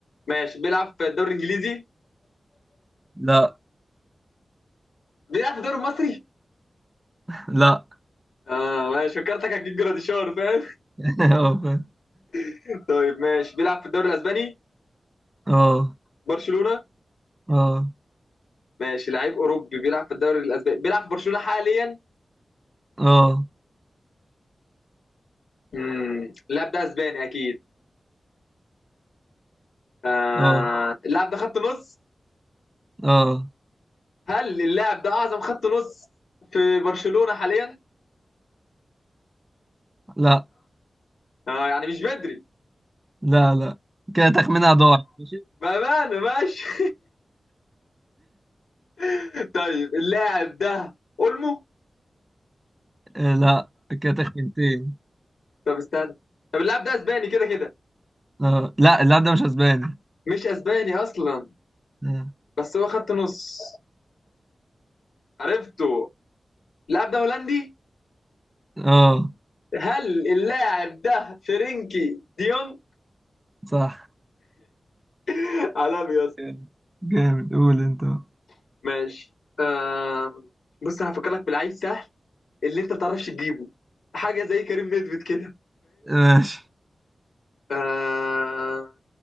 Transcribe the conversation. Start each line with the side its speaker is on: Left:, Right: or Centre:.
Left: ماشي بيلعب في الدوري الانجليزي
Right: لا
Left: بيلعب في الدوري المصري
Right: لا
Left: اه ماشي فكرتك هتجيب جراديشار فاهم
Right: <laughs> اه فاهم.
Left: <laughs> طيب ماشي بيلعب في الدوري الاسباني
Right: اه
Left: برشلونة
Right: اه
Left: ماشي لعيب اوروبي بيلعب في الدوري الاسباني بيلعب في برشلونة حاليا
Right: اه
Left: امم اللاعب ده اسباني اكيد آه
Right: اه
Left: اللاعب ده خط نص
Right: اه
Left: هل اللاعب ده اعظم خط نص في برشلونة حاليا
Right: لا
Left: آه يعني مش بدري
Right: لا لا كده تخمينها ضاع ماشي
Left: بأمانة ماشي <laughs> طيب اللاعب ده اولمو
Right: آه، لا كده تخمينتين
Left: طب استنى طب اللاعب ده اسباني كده كده
Right: آه. لا اللاعب ده مش اسباني
Left: مش اسباني اصلا
Right: اه
Left: بس هو خط نص عرفته اللاعب ده هولندي
Right: آه،
Left: هل اللاعب ده فرنكي ديون
Right: صح
Left: <laughs> عالمي يا اسطى
Right: جامد جامد. قول انت بقى.
Left: <laughs> ماشي آه بص انا هفكر لك في لعيب سهل اللي انت ما بتعرفش تجيبه حاجه زي كريم نيدفيد كده
Right: ماشي
Left: آه